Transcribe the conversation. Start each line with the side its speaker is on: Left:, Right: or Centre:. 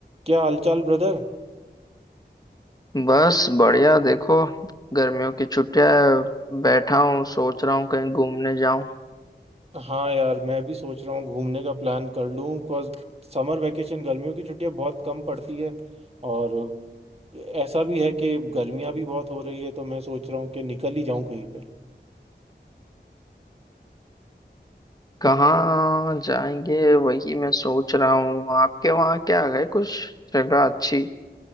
Right: क्या हालचाल ब्रदर
Left: बस बढ़िया देखो गर्मियों की छुट्टियां हैं, बैठा हूँ सोच रहा हूँ कहीं घूमने जाऊं
Right: हाँ यार मैं भी सोच रहा हूँ घूमने का प्लान कर लूँ बिकॉज समर वेकेशन गर्मियों की छुट्टियाँ बहुत कम पड़ती है और ऐसा भी है कि गर्मियाँ भी बहुत हो रही है तो मैं सोच रहा हूँ कि निकल ही जाऊँ कहीं पे
Left: कहाँ जाएंगे वही मैं सोच रहा हूँ आपके वहाँ क्या है कुछ जगह अच्छी